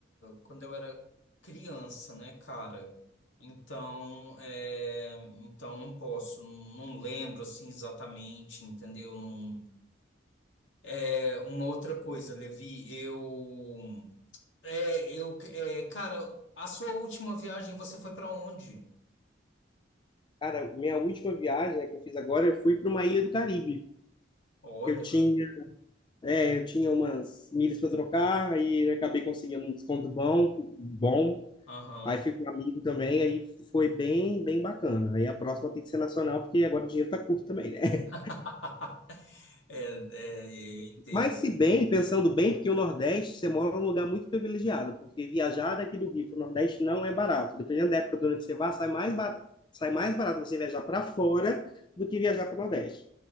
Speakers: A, on the left (about 75°); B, on the left (about 25°).
A: quando eu era criança, né, cara? Então, é, então não posso, não lembro assim exatamente, entendeu? Não, é, uma outra coisa, Levi, eu, é, eu, é, cara, a sua última viagem você foi pra onde?
B: Cara, minha última viagem né, que eu fiz agora, eu fui para uma ilha do Caribe.
A: Olha,
B: Eu tinha, é, eu tinha umas milhas para trocar, aí eu acabei conseguindo um desconto bom, bom.
A: aham.
B: Aí fui com um amigo também, aí foi bem, bem bacana. Aí a próxima tem que ser nacional, porque agora o dinheiro tá curto também, né?
A: <laughs> É, é, eu entendo.
B: Mas se bem, pensando bem, porque o Nordeste, você mora num lugar muito privilegiado, porque viajar daqui do Rio para o Nordeste não é barato. Dependendo da época do ano que você vá, sai mais barato, sai mais barato você viajar para fora do que viajar para o Nordeste.